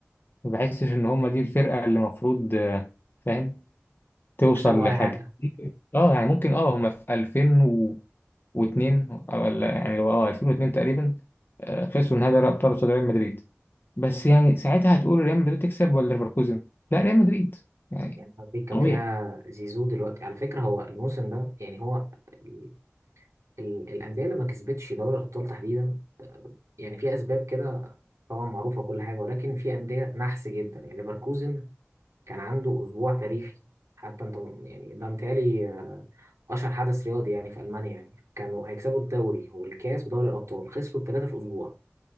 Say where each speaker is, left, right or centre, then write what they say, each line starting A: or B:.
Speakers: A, on the left; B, on the right.
A: ما بحسش إن هم دي الفرقة اللي المفروض فاهم توصل
B: يكسبوا
A: لحاجة
B: أي حاجة
A: اه يعني ممكن اه هم في 2002 او ال- يعني هو اه 2002 تقريبا آه، خسروا نهائي دوري ابطال قصاد ريال مدريد بس يعني ساعتها هتقول ريال مدريد تكسب ولا ليفركوزن؟ لا ريال مدريد يعني
B: يعني هارفيك كان
A: طبيعي
B: فيها زيزو دلوقتي على فكرة هو الموسم ده يعني هو ال- ال- الأندية اللي ما كسبتش دوري الأبطال تحديدا آه، يعني في أسباب كده طبعا معروفة كل حاجة ولكن في أندية نحس جدا يعني ليفركوزن كان عنده أسبوع تاريخي حتى أنت يعني ده متهيألي آه، أشهر حدث رياضي يعني في ألمانيا يعني كانوا هيكسبوا الدوري والكاس ودوري الأبطال خسروا التلاتة في أسبوع